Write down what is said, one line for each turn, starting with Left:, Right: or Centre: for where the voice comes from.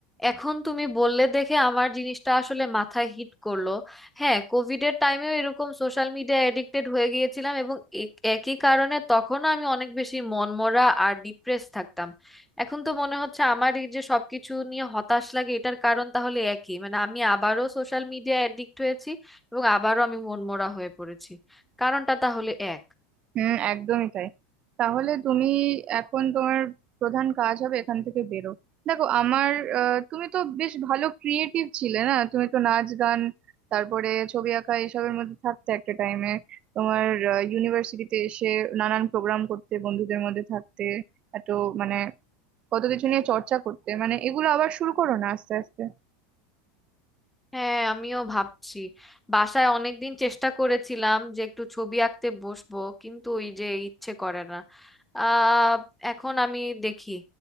Centre: এখন তুমি বললে দেখে আমার জিনিসটা আসলে মাথায় হিট করলো হ্যাঁ কোভিডের টাইমেও এরকম সোশ্যাল মিডিয়া এডিক্টেড হয়ে গিয়েছিলাম এবং এ- একই কারণে তখনও আমি অনেক বেশি মনমরা আর ডিপ্রেস থাকতাম এখন তো মনে হচ্ছে আমার এই যে সবকিছু নিয়ে হতাশ লাগে এটার কারণ তাহলে একই মানে আমি আবারও সোশ্যাল মিডিয়া অ্যাডিক্ট হয়েছি এবং আবারও আমি মনমরা হয়ে পড়েছি কারণটা তাহলে এক
Right: হুম একদমই তাই তাহলে তুমি এখন তোমার প্রধান কাজ হবে এখান থেকে বেরো দেখো আমার আহ, তুমি তো বেশ ভালো ক্রিয়েটিভ ছিলে না তুমি তো নাচ গান তারপরে ছবি আঁকা এসবের মধ্যে থাকতে একটা টাইমে তোমার ইউনিভার্সিটিতে এসে নানান প্রোগ্রাম করতে বন্ধুদের মধ্যে থাকতে এত মানে কত কিছু নিয়ে চর্চা করতে মানে এগুলো আবার শুরু করো না আস্তে আস্তে
Centre: হ্যাঁ আমিও ভাবছি বাসায় অনেকদিন চেষ্টা করেছিলাম যে একটু ছবি আঁকতে বসবো কিন্তু ওই যে ইচ্ছে করে না আহ এখন আমি দেখি